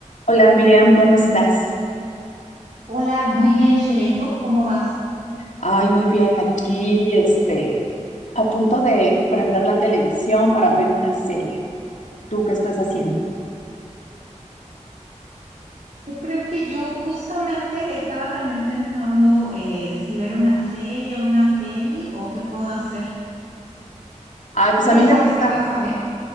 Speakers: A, on the left; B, on the right.
A: Hola, Miriam, ¿cómo estás?
B: Hola, muy bien, Sheila. ¿Y tú cómo vas?
A: Ay, muy bien, aquí, este, a punto de prender la televisión para ver una serie. ¿Tú qué estás haciendo?
B: ¿Qué crees que yo justamente estaba también pensando eh, si ver una serie, una peli o qué puedo hacer?
A: Ay, pues
B: ¿Tú ya
A: a mí
B: sabes
A: me gusta,
B: qué vas a ver?